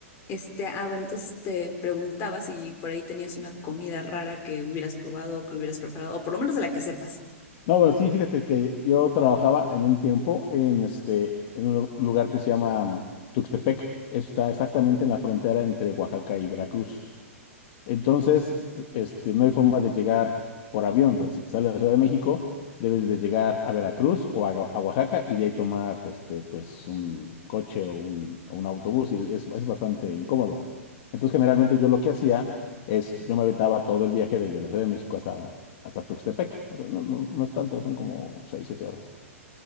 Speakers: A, on the left (about 35°); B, on the left (about 50°).
A: Este, ah, bueno, entonces te preguntaba si por ahí tenías una comida rara que hubieras probado o que hubieras preparado, o por lo menos de la que sepas.
B: No, bueno, sí, fíjate que yo trabajaba en un tiempo en este, en un lu- lugar que se llama mm, Tuxtepec. Está exactamente en la frontera entre Oaxaca y Veracruz. Entonces, este, no hay forma de llegar por avión. O sea, si sales de la Ciudad de México, debes de llegar a Veracruz o a, a Oaxaca y de ahí tomar este, pues, un coche o un, o un autobús y es, es bastante incómodo. Entonces, generalmente yo lo que hacía es, yo me aventaba todo el viaje desde la Ciudad de México hasta, hasta Tuxtepec. O sea, no, no, no es tanto, son como 6 7 horas.